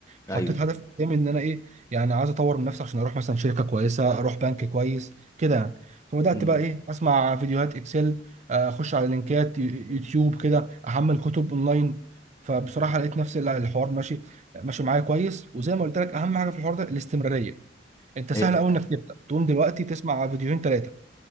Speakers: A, on the right; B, on the left.
A: حطيت
B: ايوه
A: هدف قدامي ان انا ايه يعني عايز اطور من نفسي عشان اروح مثلا شركه كويسه اروح بنك كويس كده يعني فبدات
B: امم
A: بقى ايه اسمع فيديوهات اكسل آه، اخش على لينكات يو- يوتيوب كده احمل كتب اونلاين فبصراحه لقيت نفسي لا الحوار ماشي ماشي معايا كويس وزي ما قلت لك اهم حاجه في الحوار ده الاستمراريه انت سهل
B: هي
A: قوي انك تبدا تقوم دلوقتي تسمع فيديوهين ثلاثه